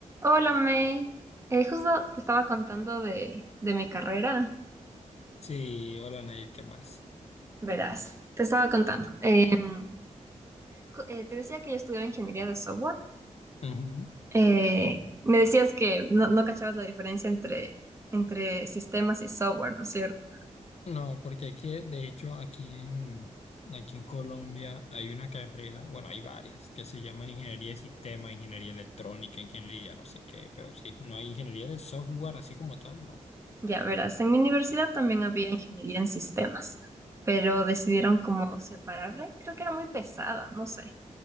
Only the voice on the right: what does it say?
Hola May, Eh, justo te estaba contando de, de mi carrera,
verás, te estaba contando. Em, ju- eh, te decía que yo estudiaba ingeniería de software.
Eh, me decías que no, no cachabas la diferencia entre, entre sistemas y software, ¿no es cierto?
Ya verás, en mi universidad también había ingeniería en sistemas, pero decidieron como separarle. Creo que era muy pesada, no sé,